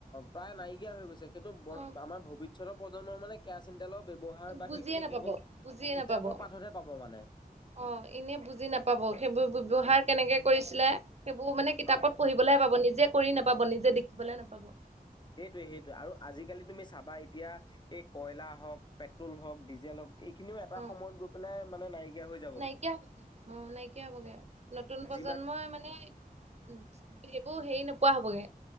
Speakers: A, on the left; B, on the right.
A: প্ৰায় নাইকিয়া হৈ গৈছে। সেইটো বৰ
B: অ
A: আমাৰ ভৱিষ্যতৰ প্ৰজন্মৰ মানে কেৰাচ ব্যৱহাৰ বা
B: বুজিয়ে
A: সেইখিনি
B: নাপাব
A: কেৱল
B: বুজিয়ে
A: কিতাপৰ
B: নাপাব
A: পাঠতহে পাব মানে।
B: অ', এনে বুজি নাপাব, সেইবোৰ ব্যৱহাৰ কেনেকে কৰিছিলে? সেইবোৰ মানে কিতাপত
A: হয়
B: পঢ়িবলৈহে পাব, নিজে কৰিব নাপাব, নিজে দেখিবলৈ নাপাব।
A: সেইটোৱে, সেইটোৱে আৰু আজিকালি তুমি চাবা এতিয়া এই কয়লা হওঁক, পেট্ৰল হওঁক, ডিজেল হওঁক। এইখিনিও এটা
B: অ
A: সময়ত গৈ পেলাই মানে নাইকিয়া হৈ যাবগে,
B: নাইকিয়া হ'বগে অ নাইকিয়া হ'বগে নতুন
A: যি
B: প্ৰজন্মই মানে সেইবোৰ হেৰি নোপোৱা হ'বগে।